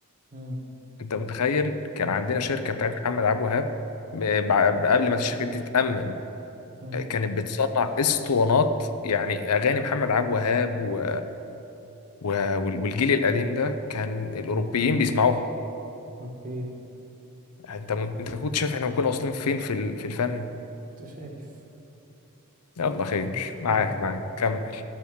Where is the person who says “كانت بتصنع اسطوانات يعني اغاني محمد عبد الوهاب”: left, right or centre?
Left